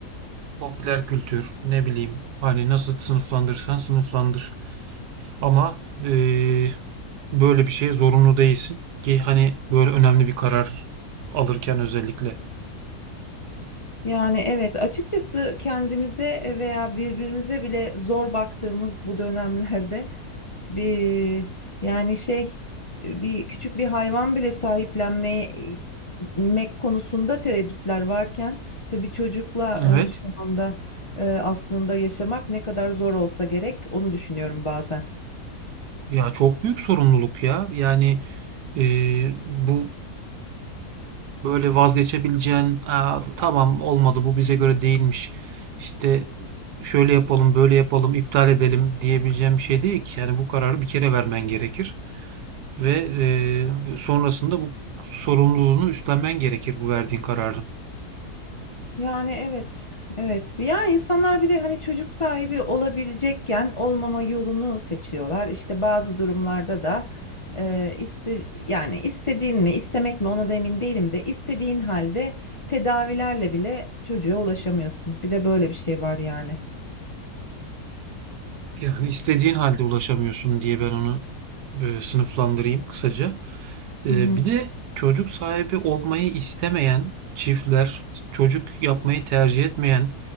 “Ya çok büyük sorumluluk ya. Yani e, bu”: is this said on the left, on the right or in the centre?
Right